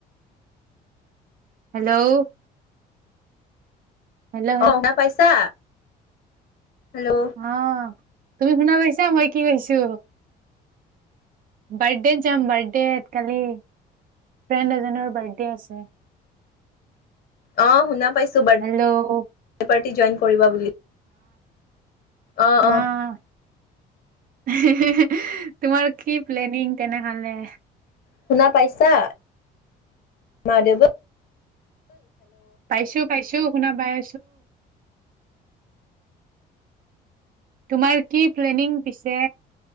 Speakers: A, on the right; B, on the left.
A: হেল্ল' হেল্ল'
B: অ বা পাইছা হেল্ল'
A: অহ <inaudible> তুমি শুনা লৈছা মই কি কছো বাৰ্থডত যাম বাৰ্থডেত কালি ফ্ৰেণ্ড এজনৰ বাৰ্থডে আছে <inaudible>
B: অ শুনা বাৰ্থ
A: হেল্ল' অ',
B: পাৰ্ট জইন কৰিবা বুলি অ', অ',
A: আহ হে হে হে তোমাৰ কি প্লেনিং তেনেহলে
B: শুনা পাইছা মা দেব
A: পাইছো পাইছো শুনা বাই তোমাৰ কি প্লেনিং পিছে